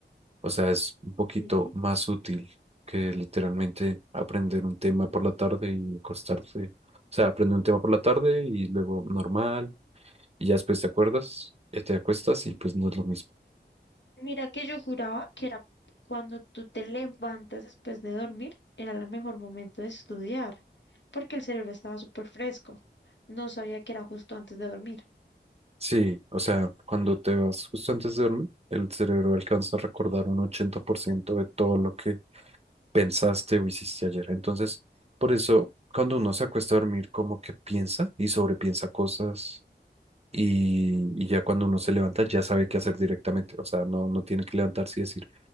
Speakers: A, on the right; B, on the left.
A: o sea, es un poquito
B: sí.
A: más útil que literalmente aprender un tema por la tarde y acostarse. O sea, aprender un tema por la tarde y luego normal, y ya después te acuerdas, eh, te acuestas y pues no es lo mismo.
B: Mira que yo juraba que era cuando tú te levantas después de dormir, era el mejor momento de estudiar, porque el cerebro estaba súper fresco. No sabía que era justo antes de dormir.
A: Sí, o sea, cuando te vas justo antes de dormir, el cerebro alcanza a recordar un 80% de todo lo que pensaste o hiciste ayer. Entonces, por eso, cuando uno se acuesta a dormir, como que piensa y sobrepiensa cosas y, y ya cuando uno se levanta, ya sabe qué hacer directamente. O sea, no, no tiene que levantarse y decir,